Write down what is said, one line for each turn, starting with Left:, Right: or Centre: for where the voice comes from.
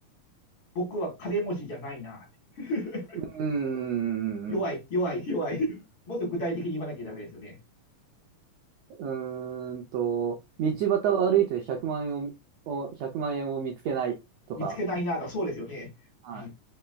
Left: 僕は金持ちじゃないなーって。<laughs>
Right: うーん、
Left: 弱い、弱い、弱い。もっと具体的に言わなきゃダメですよね。
Right: うーんと、
Left: うん、
Right: 道端を歩いて100万円を、を、万円を見つけないとか。
Left: 見つけないなーとそうですよね。
Right: はい。
Left: うん、